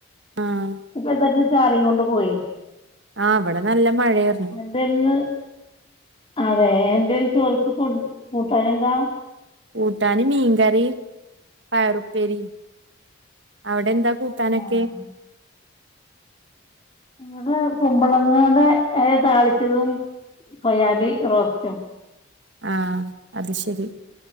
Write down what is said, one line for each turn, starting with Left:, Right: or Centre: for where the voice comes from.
Right: ആഹ്.
Left: <unintelligible> ചാറി കോണ്ട് പോയി.
Right: ആഹ് വടെ നല്ല മഴാര്ന്നു.
Left: എന്തായിരുന്നുഅതെ എന്താ ചോർക്ക് കൂട്ടാനെന്താ
Right: ഊട്ടാന് മീൻ കറിം പയറുപ്പേരിം. അവിടെ എന്താ കൂട്ടാനൊക്കെ?
Left: ആഹ് ഇവടെ കുമ്പളങ്ങളുടെ ഇ ല താളിച്ചതും സൊ യാബി റോസ്റ്റും
Right: ആഹ്. അത് ശരി.